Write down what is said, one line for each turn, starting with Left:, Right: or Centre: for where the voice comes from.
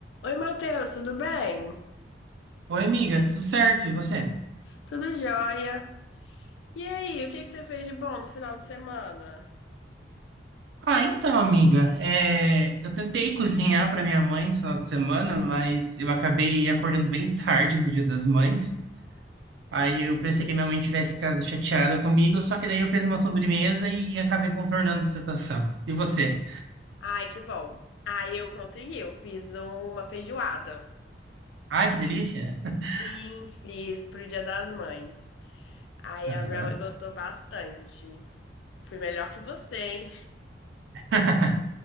Left: Oi, Matheus, tudo bem?
Right: Oi, amiga, tudo certo? E você?
Left: Tudo jóia? E aí, o que que você fez de bom no final de semana?
Right: Ah, então, amiga, é, eu tentei cozinhar para minha mãe esse final de semana, mas eu acabei acordando bem tarde no Dia das Mães. Aí eu pensei
Left: Hum.
Right: que minha mãe tivesse ficado chateada comigo, só que daí eu fiz uma sobremesa e acabei contornando a situação. E você?
Left: Ai, que bom. Aí eu consegui, eu fiz uma feijoada.
Right: Ai, que delícia! <laughs>
Left: Sim, fiz pro Dia das Mães. Aí
Right: Aham.
Left: a minha mãe gostou bastante. Fui melhor que você, hein?
Right: <laughs>